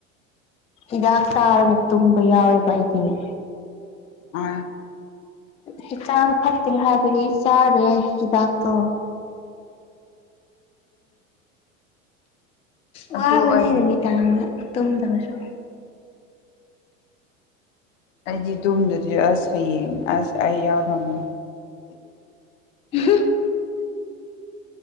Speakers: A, on the left (about 15°); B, on the left (about 65°).
A: ꯏꯥꯛꯁ ꯑꯕ ꯇꯨꯝꯕ ꯌꯥꯎ ꯕ ꯏꯇꯅꯤ
B: ꯑ
A: ꯍꯛꯆꯥꯡ ꯐꯠꯇꯦ ꯍꯥꯏꯕꯗꯤ ꯆꯥꯗ꯭ꯔꯦ ꯍꯤꯗꯥꯛꯇꯣ ꯋꯥꯕꯅꯦ
B: ꯑꯗꯨ ꯑꯣꯏꯔꯝꯅꯤ
A: ꯑꯗꯨꯃꯤ ꯇꯒ ꯇꯨꯝꯗꯕꯁꯨ
B: ꯑꯩꯗꯤ ꯨꯝꯗꯨꯗꯤ ꯑꯁ ꯍꯌꯦꯡ ꯑꯁ ꯑꯩ ꯌꯥꯎꯔ ꯑꯃꯨ
A: <unintelligible>